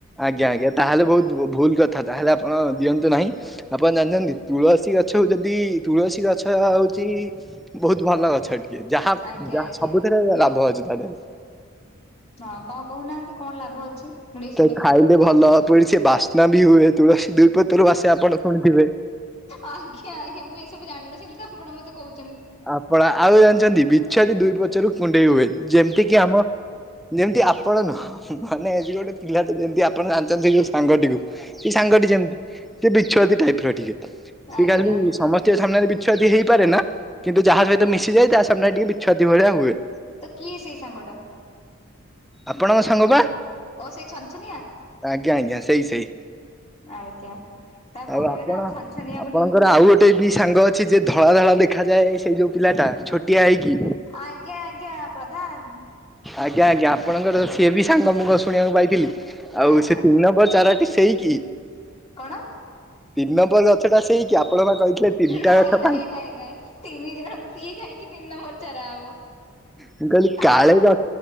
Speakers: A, in the centre; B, on the left.
A: ଆଜ୍ଞା ଆଜ୍ଞା ତାହେଲେ ବହୁତ ଭୁଲ କଥା ତାହେଲେ ଆପଣ ଦିଅନ୍ତୁ ନାହିଁ। ଆପଣ ଜାଣିଛନ୍ତି ତୁଳସୀ ଗଛ ହଉଛନ୍ତି ତୁଳସୀ ଗଛ ହଉଛି ବହୁତ ଭଲ ଗଛ ଟିକେ ଯାହା
B: ଆଜ୍ଞା
A: ଯାହା
B: ଆଜ୍ଞା।
A: ସବୁଥିରେ ଲାଭ ଅଛି ତା ଦେହରେ।
B: ହଁ କଣ କହୁନାହାନ୍ତି କଣ ଲାଭ ଅଛି? ମୁଁ ଟିକେ ଶୁଣେ
A: ତ ଖାଇଲେ ଭଲ ପୁଣି ସେ ବାସ୍ନା ବି ହୁଏ ତୁଳସୀ ଦୁଇ ପତ୍ରରୁ ବାସେ ଆପଣ ଶୁଣିଥିବେ।
B: ଆଜ୍ଞା ଆଜ୍ଞା ମୁଁ ଏସବୁ ଜାଣିନଥିଲି ତ ଆପଣ ମତେ କହୁ
A: ଆପଣ ଆଉ ଜାଣିଛନ୍ତି ବି୍ଛୁଆତି ଦୁଇ ପଛରୁ କୁଣ୍ଡେଇ ହୁଏ ଯେମିତି କିି ଆମ ଯେମିତି ଆପଣ ନୁହଁ ମାନେ ଏଜି ଗୋଟେ ପିଲା। ଯେମିତି ଆପଣ ଜାଣିଛନ୍ତି ଯୋଉ ସାଙ୍ଗଟିକୁ ସେଇ ସାଙ୍ଗଟି ଯେମିତି ସେ ବିଛୁଆତି ଟାଇପ୍ ର ଟିକେ। <unintelligible>
B: ଆଜ୍ଞା
A: ସମସ୍ତଙ୍କ ସାମ୍ନାରେ ବିଛୁଆତି ହେଇପାରେ ନା। କିନ୍ତୁ ଯାହା ସହିତ ମିଶିଯାଏ ତା ସମ୍ନାରେ ଟିକେ ବିଛୁଆତି ଭଳିଆ ହୁଏ।
B: ତ କିଏ ସେଇ ସାଙ୍ଗ ଟା?
A: ଆପଣଙ୍କ ସାଙ୍ଗ ପା।
B: ଓ ସେଇ ଛନ୍ ଛନିଆ।
A: ଆଜ୍ଞା ଆଜ୍ଞା ସେଇ ସେଇ।
B: ଆଜ୍ଞା ତା
A: ଆଉ
B: କହିବେ
A: ଆପଣ
B: ନା ଛନଛନିଆ
A: ଆପଣଙ୍କର
B: ବୋଲି
A: ଆଉ ଗୋ ଗୋଟେ ବି ସାଙ୍ଗ ଅଛି ଯେ ଧଳା ଧଳା ଦେଖାଯାଏ ସେ ଯଉ ପିଲାଟା ଛୋଟିଆ ହେଇକି
B: ଆଜ୍ଞା! ଆଜ୍ଞା! ପ୍ରଧାନ।
A: ଆଜ୍ଞା! ଆଜ୍ଞା! ଆପଣଙ୍କର ସିଏ ବି ସାଙ୍ଗ ମୁଁ କଣ ଶୁଣିବାକୁ ପାଇଥିଲି। ଆଉ
B: ଆଜ୍ଞା
A: ସେ ମୋ ଚାରା ଟି ସେଇକି?
B: କଣ?
A: ତିନି ନମ୍ବର ଗଛ ଟା ସେଇ କି ଆପଣ ପା କହିଥିଲେ ତିନିଟା
B: ନାଇଁ
A: ଗଛ
B: ନାଇଁ ନାଇଁ ନାଇଁ ତିନି ଜଣ ସିଏ କାହିଁକି ତିନି ନମ୍ବର ଚାରା ହବ?
A: ମୁଁ କହିଲି
B: ତାର
A: କାଳେ ଗ